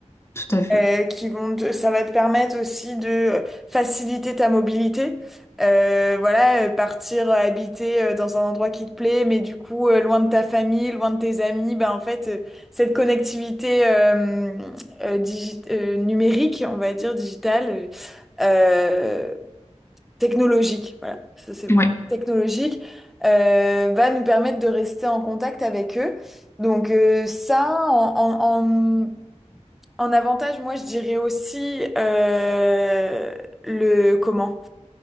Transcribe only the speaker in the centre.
euh, qui vont te- ça va te permettre aussi de euh, faciliter ta mobilité. Euh, voilà, euh, partir euh, habiter euh, dans un endroit qui te plaît, mais du coup euh, loin de ta famille, loin de tes amis, ben en fait euh, cette connectivité euh, euh, digi- euh, numérique, on va dire digitale, euh, euh, technologique, voilà, ça c'est bon,
technologique, euh, va nous permettre de rester en contact avec eux. Donc euh, ça, en, en, en avantage, moi, je dirais aussi euh, le comment?